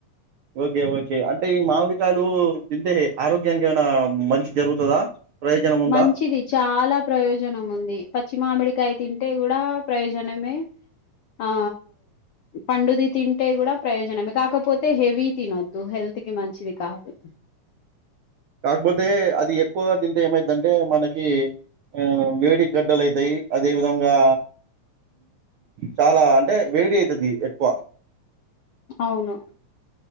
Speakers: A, on the right (about 85°); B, on the left (about 80°).
A: ఓకె ఓకె అంటే ఈ మామిడికాయలు తింటే ఆరోగ్యానికి ఏమైనా మంచి జరుగుతదా ప్రయోజనం ఉందా
B: మంచిది చాల ప్రయోజనము ఉంది పశ్చి మామెేడి కాయ తింటే కూడా ప్రయోజనమే ఆ పండుది తింటే కూడా ప్రయోజనమే కాకపోతే హెవీ తినొద్దు హెల్త్ కి మంచిది కాదు
A: కాకపోతే అది ఎక్కువగా తింటే ఏమైద్దంటే మనకి ఆ వేడి గడ్డలు అయితాయి అదే విధంగా చాల అంటే వేడి అయితది ఎక్కువ
B: అవును